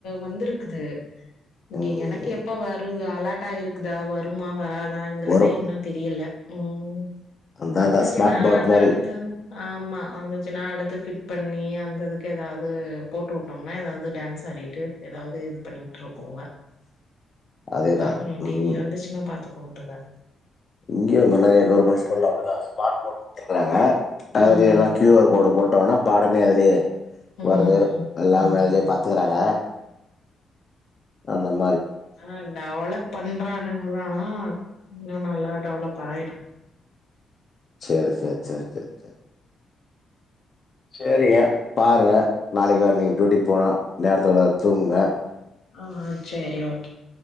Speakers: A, on the left (about 80°); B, on the left (about 45°).
A: வந்துருக் இருக்குது இங்க
B: ம்
A: எனக்கு எப்ப வருது அலாட் தா இருக்குதா வருமா வரா தாங்கறதே
B: வரு
A: இன்னு தெரியல ம்
B: அந்த
A: வந்துச்சுன்னா
B: அதா ஸ்மார்ட் போர்ட்
A: அத
B: மாரி
A: அடுத்து ஆமா வந்துச்சுன்னா அடுத்து ஃபிட் பண் பண்ணி அந்ததுக்கு ஏதாவது போட்டு வுட்டோம்னா ஏதாவது டான்ஸ் ஆடிட்டு ஏதாவது இது பண்ணி விட்ருக்கோங்க
B: அதேதா
A: பாக்கணும்
B: ம்
A: டி வி வந்துச்சுன்னா பாத்து கொண்டுதா
B: இங்கயு இங்க நெறைய கவர்மண்ட் ஸ்கூல்லா அப்டிதான் ஸ்மார்ட் போர்டு குடுத்துருக்காங்க அதாவது
A: ம்
B: எல்லாம் கியூ ஆர் கோடு போட் டோனா பாடமே அதுலயே
A: ம்
B: வருது எல்லாம்
A: ம்
B: வேலையே பாத்துக்கறாங்க ஆமாம்
A: ஆஹ் டெவலப் பண்றானுங்கதான் இன்னும் நல்லா டெவலப் ஆய்டும்
B: சேர் சேர் சேர் சேர் சேர் சேரிங்க பாருங்க நாளைக்கு
A: ம்
B: வேற நீ டியூட்டிக்கு போனு நேரத்தோட தூங்குங்க
A: ஆஹ் ஆஹ் சேரி ஓகே